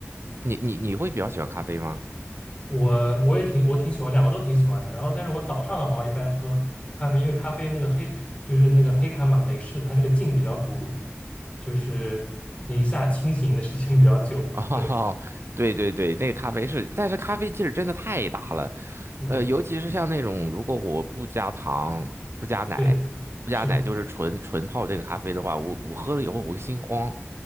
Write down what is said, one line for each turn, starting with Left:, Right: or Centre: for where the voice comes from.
Right: 你你你会比较喜欢咖啡吗？
Left: 我我也挺我挺喜欢，两个都挺喜欢的。然后，但是我早上的话，我一般喝咖啡，因为咖啡那个黑就是那个黑咖嘛，美式它这个劲比较足，就是那一下清醒的时间比较久。
Right: <laughs> 哦，
Left: 对，
Right: 对对对，那个咖啡是，但是咖啡劲儿真的太大了。
Left: 嗯，
Right: 呃，尤其是像那种如果我不加糖、不加奶、
Left: 对，
Right: 不加奶，
Left: 是的。
Right: 就是纯纯泡这个咖啡的话，我我喝了以后我会心慌。